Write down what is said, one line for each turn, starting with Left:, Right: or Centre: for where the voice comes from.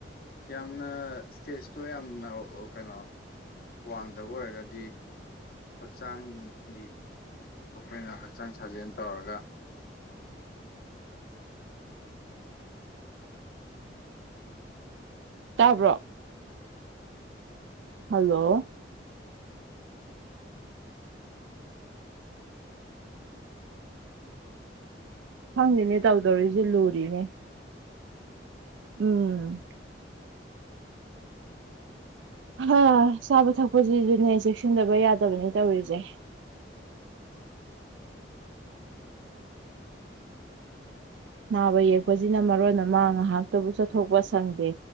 Left: ꯌꯥꯝꯅ ꯁ꯭ꯇꯦꯖꯇꯣ ꯌꯥꯝꯅ ꯑꯧ ꯀꯩꯅꯣ ꯋꯥꯡꯗꯕ ꯑꯣꯏꯔꯒꯗꯤ ꯍꯛꯆꯥꯡꯒꯤ ꯑꯈꯣꯏꯅ ꯍꯛꯆꯥꯡ ꯁꯥꯖꯦꯟ ꯇꯧꯔꯒ
Right: ꯇꯥꯕ꯭ꯔꯣ ꯍꯜꯂꯣ ꯈꯪꯗꯦꯅꯦ ꯇꯧꯗꯧꯔꯤꯁꯦ ꯂꯨꯔꯤꯅꯦ ꯎꯨꯝ ꯍꯥ ꯆꯥꯕ ꯊꯛꯄꯖꯤꯖꯨꯅꯦ ꯆꯦꯛꯁꯤꯟꯗꯕ ꯌꯥꯗꯕꯅꯦ ꯇꯧꯔꯤꯖꯦ ꯅꯥꯕ ꯌꯦꯛꯄꯁꯤꯅ ꯃꯔꯣꯟ ꯑꯃ ꯉꯍꯥꯛꯇꯕꯨ ꯆꯠꯊꯣꯛꯄ ꯁꯪꯗꯦ